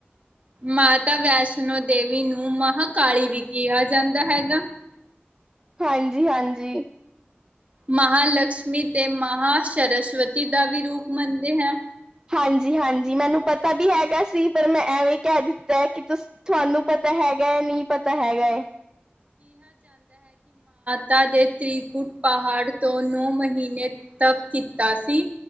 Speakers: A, on the right; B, on the right.
A: ਮਾਤਾ ਵੈਸ਼ਨੋ ਦੇਵੀ ਨੂੰ ਮਹਾਂਕਾਲੀ ਵੀ ਕਿਹਾ ਜਾਂਦਾ ਹੈਗਾ।
B: ਹਾਂਜੀ-ਹਾਂਜੀ
A: ਮਹਾਲਕਸ਼ਮੀ ਤੇ ਮਹਾਾਂ ਸਰਸਵਤੀ ਦਾ ਵੀ ਰੂਪ ਮੰਨਦੇ ਹੈ।
B: ਹਾਂਜੀ-ਹਾਂਜੀ ਮੈਨੂੰ ਪਤਾ ਵੀ ਹੈਗਾ ਸੀ ਪਰ ਮੈਂ ਐਵੇਂ ਹੀ ਕਹਿ ਦਿੱਤਾ ਕਿ ਤੁ ਤੁਹਾਨੂੰ ਪਤਾ ਹੈਗਾ ਨਹੀਂ ਪਤਾ ਹੈਗਾ ਏ।
A: ਤਾ ਦੇ ਤ੍ਰਕੁਟ ਪਹਾੜ ਤੋਂ ਨੌ ਮਹੀਨੇ ਤਪ ਕੀਤਾ ਸੀ